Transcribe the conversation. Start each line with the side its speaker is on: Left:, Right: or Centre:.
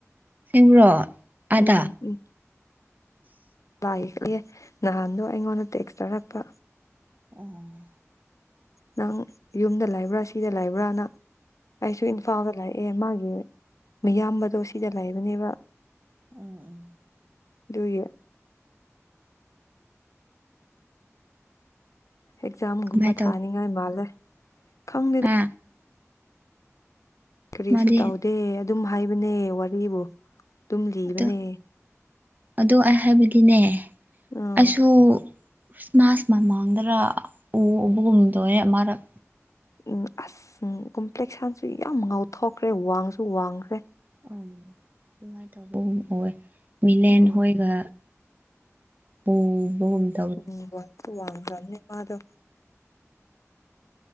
Right: ꯑꯁꯦꯡꯕ꯭ꯔꯣ ꯑꯥꯗ
Left: ꯎꯝ ꯎꯝ ꯂꯥꯛ ꯌꯦꯛꯑꯦ ꯅꯍꯥꯟꯗꯣ ꯑꯩꯉꯣꯟꯗ ꯇꯦꯛꯁ ꯇꯧꯔꯛꯄ
Right: ꯎꯝ
Left: ꯅꯪ ꯌꯨꯝꯗ ꯂꯩꯕ꯭ꯔꯥ ꯁꯤꯗ ꯂꯩꯕ꯭ꯔꯥꯅ ꯑꯩꯁꯨ ꯏꯝꯐꯥꯜꯗ ꯂꯩ ꯑꯦ ꯃꯥꯒꯤ ꯃꯌꯥꯝꯕꯗꯣ ꯁꯤꯗ ꯂꯩꯕꯅꯦꯕ
Right: ꯎꯝ
Left: ꯑꯗꯨꯒꯤ ꯑꯦꯛꯖꯥꯝꯒꯨꯝꯕ
Right: ꯀꯃꯥꯏ
Left: ꯊꯥꯅꯤꯡꯉꯥꯏ ꯃꯥꯜꯂꯦ ꯈꯪꯗꯦ
Right: ꯑꯝ
Left: ꯀꯔꯤꯁꯨ
Right: ꯃꯥꯗꯤ
Left: ꯇꯧꯗꯦ ꯑꯗꯨꯝ ꯍꯥꯏꯕꯅꯦ ꯋꯥꯔꯤꯕꯨ ꯑꯗꯨꯝ ꯂꯤꯕꯅꯦ
Right: ꯑꯗꯨ ꯑꯗꯨ ꯑꯩ ꯍꯥꯏꯕꯗꯤꯅꯦ
Left: ꯎꯝ
Right: ꯑꯩꯁꯨ ꯈ꯭ꯔꯤꯁꯃꯥꯁ ꯃꯃꯥꯡꯗꯔ ꯎ ꯎꯕꯒꯨꯝ ꯇꯧꯋꯦ ꯑꯃꯔꯛ
Left: ꯎꯝ ꯑꯁ ꯀꯣꯝꯄ꯭ꯂꯦꯛꯁꯥꯟꯁꯨ ꯌꯥꯝ ꯉꯧꯊꯣꯛꯈ꯭ꯔꯦ ꯋꯥꯡꯁꯨ ꯋꯥꯡꯈ꯭ꯔꯦ
Right: ꯑ ꯅꯨꯡꯉꯥꯏꯅ ꯇꯧꯕꯒꯨꯝ ꯑꯣꯏꯋꯦ ꯃꯤꯂꯦꯟ
Left: ꯎꯝ
Right: ꯍꯣꯏꯒ ꯎ ꯎ <unintelligible> <unintelligible>
Left: ꯎꯝ ꯋꯥꯁꯨ ꯋꯥꯡꯈ꯭ꯔꯥꯕꯅꯦ ꯃꯥꯗꯣ